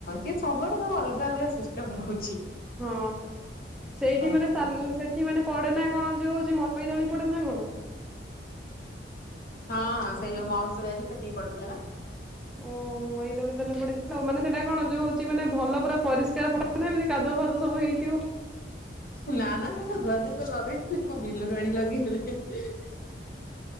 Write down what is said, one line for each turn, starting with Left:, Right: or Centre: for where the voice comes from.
Left: ଟିକେ ସବୁଆଡେ ଅଲଗା ଅଲଗା ସିଷ୍ଟମ୍ ରହୁ
Centre: ହଁ ସେଇଠି ମାନେ
Left: କରିବା।
Centre: ସାନ୍ -ସେ କି ମାନେ ପଡେ ନା କଣ ଯଉ ହଉଚି ମଇ ଦଳି ପଡେ ନା କଣ?
Left: ହଁ ସେଇ ଯଉ ମହୋତ୍ସବ ଯାଇଥିଲୁ ସେତିକି ପଡିଥିଲା ପା। <inaudible>
Centre: ଓ ମଇଦଳି ଦେଲେ ପଡିଦେଲେ ଆଉ ମାନେ ସେଟା କଣ ଯଉ ହଉଚି ମାନେ ଭଲ ପୁରା ପରିଷ୍କାର କରୁନାହାନ୍ତି କାଦୁଅ ଫାଦୁଅ ସବୁ ହେଇଥିବ
Left: ନା -ନା ହେରା ଧୁଆଧୁଇ କରି ଲଗେଇଥିଲେ ଆଉ କଣ ବିଲରୁ ଆଣି ଲଗେଇଥିବେ। <unintelligible>